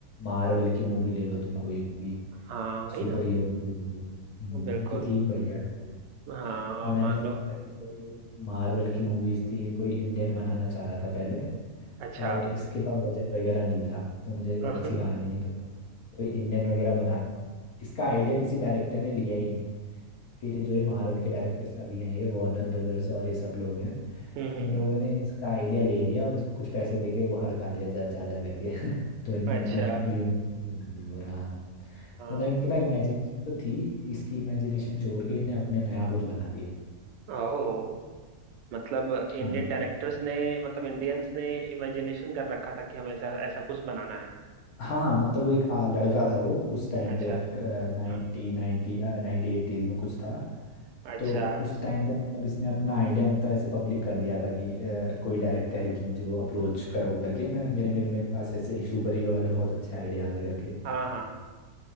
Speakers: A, on the left; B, on the right.
A: मार्वल की मूवी ले लो तुम कोई भी
B: हाँ वही
A: सुपर
B: ना
A: हीरो मूवी वगैरह हम्म,
B: बिल्कुल
A: उनकी थीम बढ़िया रहती है
B: हाँ
A: पर
B: अब
A: मैंने
B: मान
A: सोचा
B: लो
A: था कि कोई मार्वल की मूवीज थी ये कोई इंडियन बनाना चाह रहा था पहले
B: अच्छा
A: पर इसके
B: <laughs>
A: पास बजट वगैरह नहीं था तो मुझे
B: हाँ
A: अच्छी कहानी नहीं पता कोई इंडियन वगैरह बना रहा था इसका आइडिया किसी डायरेक्टर ने लिया ही नहीं फिर जो ये मार्वल के डायरेक्टर्स अभी हैं ये वार्नर ब्रदर्स और ये सब लोग हैं
B: हम्म हम्म,
A: इन लोगों ने इसका आइडिया ले लिया और इसको कुछ पैसे दे के वो हड़का दिया जा जा जा करके <laughs> तो इनने
B: अच्छा
A: अपना यूनिवर्स बना दिया और हाँ
B: हाँ
A: मतलब इनके पास इमेजिनेशन तो थी इसकी इमेजिनेशन चोर के इनने अपने नया कुछ बना दिया
B: ओ मतलब इंडियन
A: हाँ
B: डायरेक्टर्स ने मतलब इंडियंस ने इमेजिनेशन कर रखा था कि हमें ऐसा ऐसा कुछ बनाना है
A: हाँ मतलब वो एक आ, लड़का था वो उस टाइम
B: अच्छा
A: पे नाइनटी
B: हाँ,
A: नाइनटी या नाइनटी एटीज में कुछ था
B: अच्छा
A: तो उस टाइम पे मतलब इसने अपना आइडिया मतलब ऐसे पब्लिक कर दिया था कि अ, कोई डायरेक्टर है कि मुझे वो अप्रोच करो करके मैं मेरे मेरे मेरे पास ऐसे सुपर हीरो वाले बहुत अच्छे आइडियाज है करके
B: हाँ हाँ